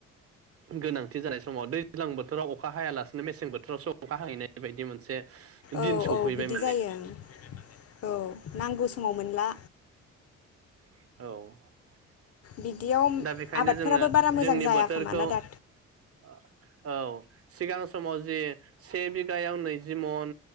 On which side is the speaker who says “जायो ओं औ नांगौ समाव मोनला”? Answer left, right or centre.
Left